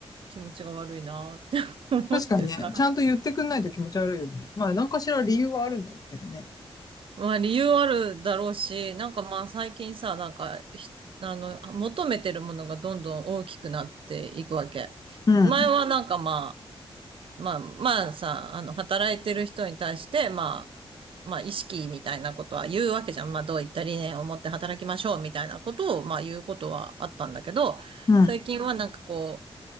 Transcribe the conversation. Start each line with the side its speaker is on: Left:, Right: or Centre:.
Right: 気持ちが悪いなって <laughs> 思ってさ。
Left: 確かにね、ちゃんと言ってくんないと気持ち悪いよね。まあ、何かしら理由はあるんだろうけどね。
Right: まあ理由あるだろうし、なんかまあ最近さ、なんかひ、あの、求めてるものがどんどん大きくなっていくわけ。
Left: うん、
Right: 前はなんかまあ、まあまあさ、あの、働いてる人に対して、まあ、まあ意識みたいなことは言うわけじゃん。まあどういった理念を持って働きましょうみたいなことを、まあ言うことはあったんだけど、
Left: うん。
Right: 最近はなんかこう、